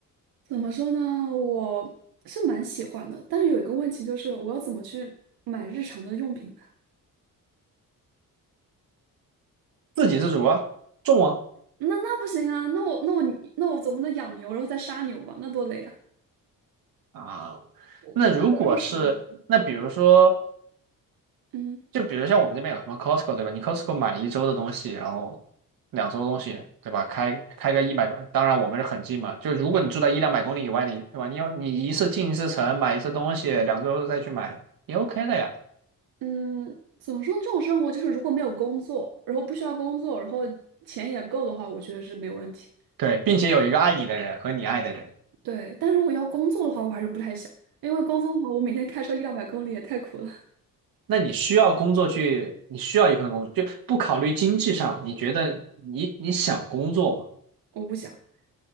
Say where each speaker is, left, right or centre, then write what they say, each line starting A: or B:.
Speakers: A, on the right; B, on the right.
A: 怎么说呢？我是蛮喜欢的，但是有一个问题就是，我要怎么去买日常的用品呢？
B: 自给自足啊，种啊
A: 那那不行啊！那我那我那我总不能养牛然后再杀牛吧？那多累啊！
B: 啊。
A: 我我是个肉食动物。
B: 那如果是那比如说，
A: 嗯
B: 就比如像我们这边有什么 Costco 对吧？你 Costco 买一周的东西，然后两周的东西对吧？开开个一百，当然我们是很近嘛。就如果你住在一两百公里以外，你对吧？你要你一次进一次城，买一次东西，两周再去买也 OK 的呀。
A: 嗯，怎么说？这种生活就是如果没有工作，然后不需要工作，然后钱也够的话，我觉得是没问题。
B: 对，并且有一个爱你的人和你爱的人。
A: 对，但如果要工作的话，我还是不太想，因为工作的话，我每天开车一两百公里也太苦了，
B: 那你需要工作去，你需要一份工作，就不考虑经济上，你觉得你你想工作吗？
A: 我不想。